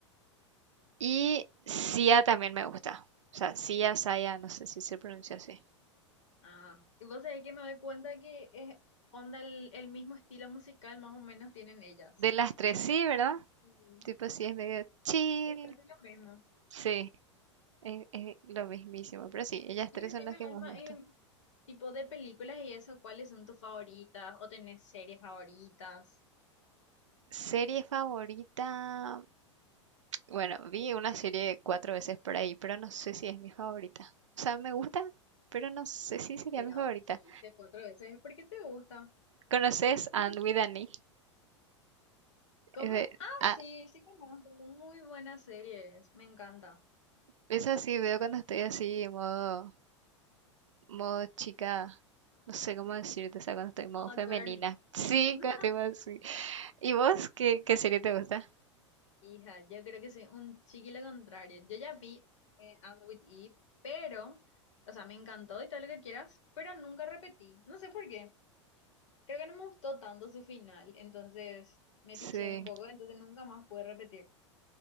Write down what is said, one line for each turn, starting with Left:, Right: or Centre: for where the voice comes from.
Right: Y Sia también me gusta. O sea, Sia, Saya, no sé si se pronuncia así.
Left: Ah, y vos sabés que me doy cuenta que es onda el, el mismo estilo musical, más o menos tienen ellas.
Right: De las tres sí, ¿verdad?
Left: Mm.
Right: Tipo, sí, es medio chill.
Left: Es casi lo mismo.
Right: Sí. Es, es lo mismísimo, pero sí, ellas tres
Left: Y decime,
Right: son las que
Left: Alma,
Right: más gustan.
Left: en tipo de películas y eso, ¿cuáles son tus favoritas? ¿O tenés series favoritas?
Right: Serie favorita, bueno, vi una serie cuatro veces por ahí, pero no sé si es mi favorita. O sea, me gusta, pero no sé si sería
Left: Pero
Right: mi favorita.
Left: si viste cuatro veces, ¿por qué te gusta?
Right: ¿Conoces And
Left: <laughs>
Right: with an E?
Left: ¿Cómo?
Right: Es de-
Left: Ah,
Right: ah,
Left: sí, sí conozco. Muy buenas series, me encanta.
Right: esa sí veo cuando estoy así, en modo, modo chica, no sé cómo decirte, o sea, cuando estoy en modo
Left: Moda
Right: femenina.
Left: Girly.
Right: Sí,
Left: <laughs>
Right: cuando estoy modo así. ¿Y vos qué, qué serie te gusta?
Left: Hija, yo creo que soy un chiquillo contrario. Yo ya vi eh, Anne with Eve, pero, o sea, me encantó y todo lo que quieras, pero nunca repetí. No sé por qué. Creo que no me gustó tanto su final, entonces me
Right: Sí,
Left: piché un poco, entonces nunca más pude repetir.